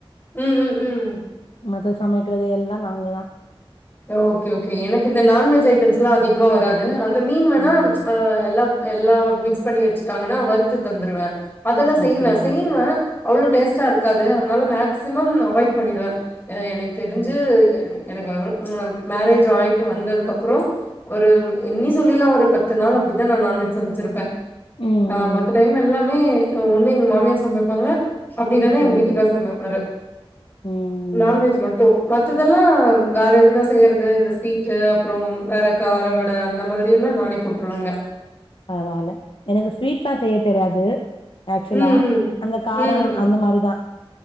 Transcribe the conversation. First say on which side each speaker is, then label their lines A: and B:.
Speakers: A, on the left; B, on the left.
A: ம் ம் ம்
B: மத்த சமக்கெறது எல்லா நாங்க தா
A: தோ ஓகே ஓகே எனக்கு இந்த நான்வெஜ் ஐட்டம்ஸ்லா அதிகமா வராது அந்த மீன் வேணா
B: ம்
A: ஆ எல்லா எல்லா மிக்ஸ் பண்ணி வச்சுட்டாங்கனா வறுத்து தந்துருவே அதெல்லா செய்வே
B: அப்படியா
A: செய்வே அவ்ளோ டேஸ்ட்டா இருக்காது அதனால மேக் மேக்சிமம் நா அவாய்ட் பண்ணிடுவே எனக்கு தெரிஞ்சு
B: ம்
A: எனக்கு வெவரோ மேரேஜ் ஆயிட்டு வந்ததுக்கு அப்புறோ ஒரு என்னி சொல்லிலாம் ஒரு பத்து நாள் அப்டிதா நா நான்வெஜ் சமைச்சிருப்பே
B: ம்
A: ஆ மத்த டைம் எல்லாமே ஒன்னு எங்க மாமியர் சமைப்பாங்க அப்டில்லன்னா
B: ம்
A: எங்க
B: ம்
A: வீட்டுக்கார் சமைப்பாரு
B: ம்
A: நான்வெஜ் மட்டும் மத்ததெல்லா வேற எதுனா செய்யறது இந்த ஸ்வீட்டு அப்றோ வேற காரவட அந்த மாரி எல்லா நானே போட்ருவங்க
B: பரவால்ல எனக்கு ஸ்வீட்ஸ்லா செய்ய தெரியாது ஆக்சுவலா
A: ம், ம்.
B: அந்த காரோ
A: ம்.
B: அந்த மாரிதா